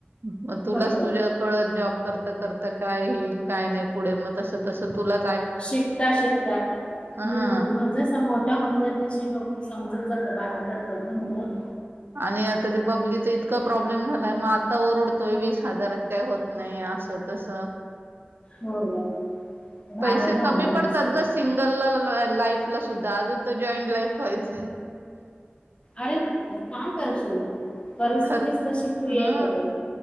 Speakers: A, on the right; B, on the left.
A: मग तुलाच
B: बरोबर
A: तुझ्याकळ
B: आहे.
A: जॉब. करता करता काय येईल काय नाही पुढे मग तस तस तुला.
B: शिकता शिकता हम्म
A: हा
B: मग जसा मोठा होत जाल तशी लक समजत जात बाहेर पडतात ना मुलं.
A: आणि आता ते बबलीच इतका प्रॉब्लेम झालाय मआता ओरडतोय वीस हजारात काही होत नाही असं तस.
B: हो ग. बाहेर
A: पैसे
B: राहणं
A: कमी पडतात
B: असं.
A: ग सिंगल लाल लाईफ ला सुद्धा अजून तर जॉईंट लाईफ व्हायचय.
B: अरे काम करश <unintelligible> परिस्थितीच
A: खर्च
B: तशी क्रिएट
A: हा
B: होते.